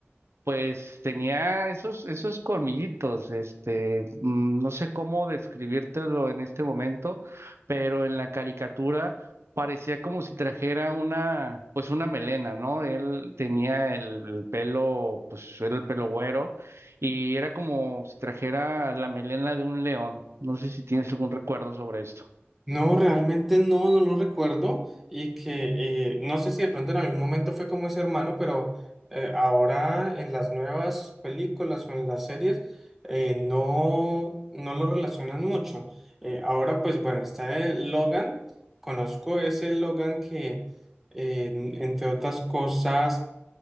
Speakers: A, on the right; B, in the centre.
A: Pues tenía esos, esos colmillitos, este, mm, no sé cómo describírtelo en este momento, pero en la caricatura parecía como si trajera una, pues una melena, ¿no? Él tenía el pelo, pues era el pelo güero, y era como si trajera la melena de un león. No sé si tienes algún recuerdo sobre esto.
B: No, realmente no, no lo recuerdo y que eh, no sé si de pronto en algún momento fue como ese hermano, pero eh, ahora en las nuevas películas o en las series eh, no, no lo relacionan mucho. Eh, ahora pues bueno, está el Logan, conozco ese Logan que eh, entre otras cosas